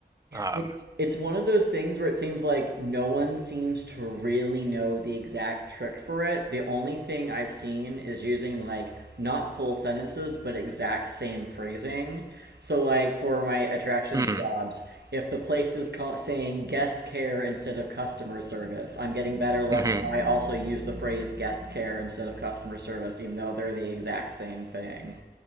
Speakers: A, on the right (about 20°); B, on the right (about 75°).
A: Um,
B: It, it's one of those things where it seems like no one seems to really know the exact trick for it. The only thing I've seen is using like not full sentences but exact same phrasing. So like for my attractions
A: hmm,
B: jobs, if the place is call- saying guest care instead of customer service, I'm getting better luck
A: hmm
B: if I also use the phrase guest care instead of customer service even though they're the exact same thing.